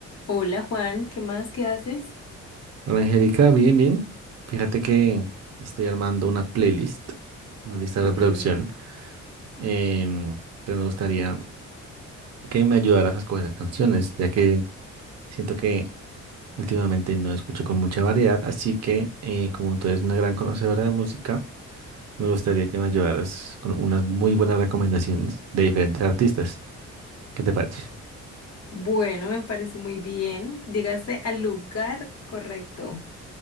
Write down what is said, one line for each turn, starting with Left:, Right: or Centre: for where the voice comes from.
Left: Hola Juan, ¿qué más? ¿Qué haces?
Right: Hola Angélica, bien, bien. Fíjate que estoy armando una playlist, una lista de
Left: Ok.
Right: reproducción, em, pero me gustaría que me ayudaras a escoger las canciones, ya que siento que últimamente no escucho con mucha variedad, así que eh, como tú eres una gran conocedora de música, me gustaría que me ayudaras con unas muy buenas recomendaciones de diferentes artistas. ¿Qué te parece?
Left: Bueno, me parece muy bien. Llegaste al lugar correcto.